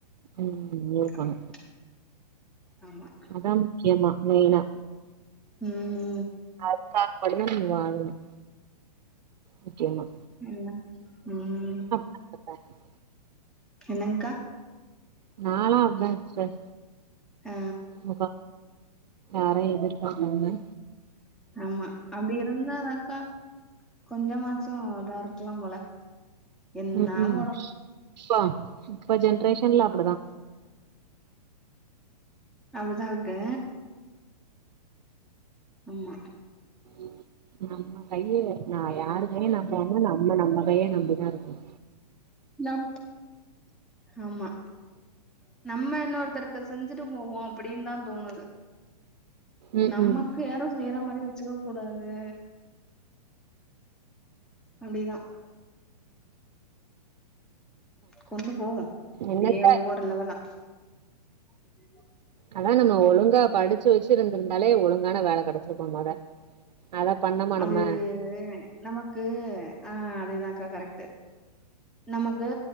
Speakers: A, on the right (about 75°); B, in the centre.
A: ம் இருக்கணு
B: கரெக்ட் ஆமா
A: அதா முக்கியமா மெயினா
B: ம்
A: அதுக்காக உடனே நீங்க வாங்ணும் முக்கியமா
B: ம் ம்
A: <inaudible>
B: என்னங்கா
A: நாளா அப்டிதா சிஸ்டர்
B: ஆ
A: அப்பா யாரையு எதிர் பாக்காம
B: ஆமா அப்டி இருந்தாக்கா கொஞ்சமாச்சு இதா இருக்கலா போல என்ன
A: உக்கும்
B: போல
A: ப்போ இப்ப ஜென்ரேஷன்ல அப்புடிதா
B: அப்புடிதா இருக்கு ஆமா
A: உம் <inaudible> நம்ம கைய நா யாருகையோ நம்பாம நம்ம நம்ம கையே நம்பிதா இருக்கனு
B: நம்ப் ஆமா நம்ம இன்னொருத்தருக்கு செஞ்சுட்டு போவோ அப்டின் தா தோணுது
A: ம்
B: நமக்கு
A: ம்
B: யாரு செய்யற மாரி வச்சுக்க கூடாது அப்டிதா கொண்டு போவோ அப்டியே
A: என்னத்த
B: ஒவ்வொரு லெவலா <unintelligible>
A: அதா நம்ம ஒழுங்கா படிச்சு வச்சுிருந்திருந்தாலே ஒழுங்கான வேல கெடைச்சிருக்கூ மொத அத பண்ணோமா
B: அது
A: நம்ம
B: நமக்கு ஆ அதே தான்க்கா கரெக்ட் நமக்கு